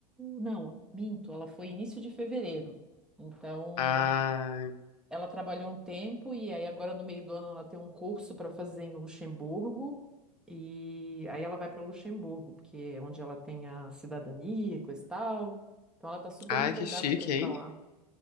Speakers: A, in the centre; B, on the left.
A: Não, minto, ela foi início de fevereiro. Então,
B: Ai,
A: Ela trabalhou um tempo e aí agora no meio do ano ela tem um curso para fazer em Luxemburgo e aí ela vai para Luxemburgo, porque é onde ela tem a cidadania, coisa e tal. Então ela tá super
B: ai,
A: empolgada
B: que chique,
A: para ir para
B: hein?
A: lá.